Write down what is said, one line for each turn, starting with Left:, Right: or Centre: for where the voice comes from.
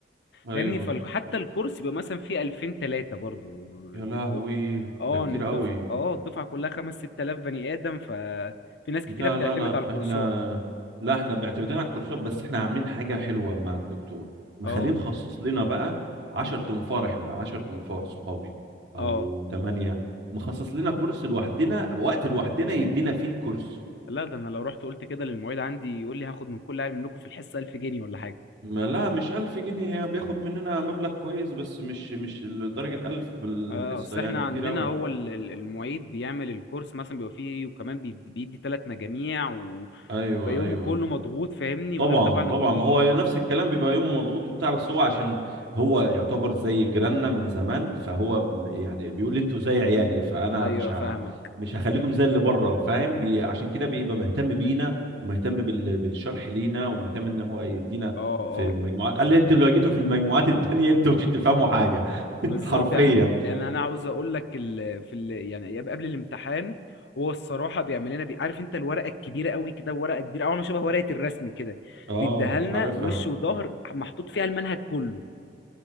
Right: ايوه
Left: فاهمني فحتى الكورس بيبقى مثلا فيه 2000 3 برضو إن
Right: يا لهوي
Left: الدفعه اه
Right: ده كتير
Left: إن الدفعه
Right: قوي
Left: اه الدفعه كلها 5 6000 بني ادم ففي ناس كتيره
Right: لا
Left: بتعتمد
Right: لا لا
Left: على الكورسات
Right: احنا لا احنا بيعتمدين على الكورسات بس احنا عاملين حاجة حلوة مع الدكتور مخليه
Left: اه
Right: مخصص لنا بقى 10 تنفار احنا 10 تنفار صحابي او
Left: اه
Right: 8 مخصص لنا كورس لوحدنا وقت لوحدنا يدينا فيه الكورس
Left: لا ده انا لو رحت قلت كده للمعيد عندي يقول لي هاخد من كل عيل منكم في الحصه 1000 جنيه ولا حاجه
Right: ما لا مش 1000 جنيه هي بياخد مننا مبلغ كويس بس مش مش لدرجة 1000 في الحصة
Left: اه اصل
Right: يعني
Left: احنا
Right: كتير
Left: عندنا
Right: قوي
Left: هو ال- ال- المعيد بيعمل الكورس مثلا بيبقى فيه وكمان بي- بيدي ثلاث مجاميع ويبقى
Right: ايوه
Left: يومه
Right: ايوه
Left: كله مضغوط فاهمني
Right: طبعا
Left: وغير طبعا الكل
Right: طبعا ما هو نفس الكلام بيبقى يومه مضغوط وبتاع بس هو عشان هو يعتبر زي جيراننا من زمان فهو م- يعني بيقول لي انتوا زي عيالي فانا
Left: ايوه
Right: مش
Left: فاهمك
Right: ه... مش هخليكم زي اللي بره فاهم بي... عشان كده بيبقى مهتم بينا ومهتم بال... بالشرح لينا ومهتم ان هو يدينا
Left: اه اه
Right: في مجموعات قال لي انتوا لو جيتوا في المجموعات التانية انتوا مش هتفهموا حاجة <laughs>
Left: بالظبط
Right: حرفيا
Left: يعني يعني انا عاوز اقول لك ال... في ال... يعني ايام قبل الامتحان هو الصراحه بيعمل لنا بي... عارف انت الورقه الكبيره قوي كده ورقه كبيره اول ما شبه ورقه الرسم كده
Right: اه
Left: بيديها لنا
Right: عارفها
Left: وش وظهر محطوط فيها المنهج كله